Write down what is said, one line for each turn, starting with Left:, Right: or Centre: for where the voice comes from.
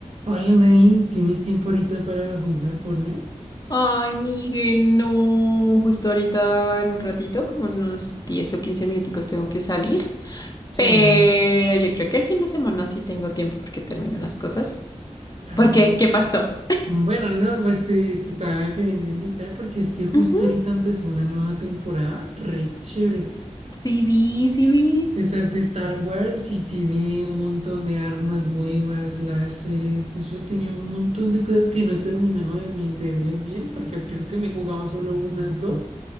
Right: Hola, Nain, ¿tienes tiempo ahorita para jugar Fortnite?
Left: Ay, Miguel, no. Justo ahorita en un ratito, como en unos 10 o 15 minuticos tengo que salir.
Right: Sí.
Left: Pero yo creo que el fin de semana sí tengo tiempo porque termino las cosas.
Right: Au.
Left: ¿Por qué? ¿Qué pasó?
Right: Bueno, no, pues te, te estaba queriendo invitar porque es que justo
Left: Ujú.
Right: ahorita empezó una nueva temporada, re chévere.
Left: Sí vi, sí vi.
Right: Esa es de Star Wars y tiene un montón de armas nuevas, láseres, eso tiene un montón de cosas que no he terminado de, mi- de ver bien porque creo que me he jugado solo unas dos.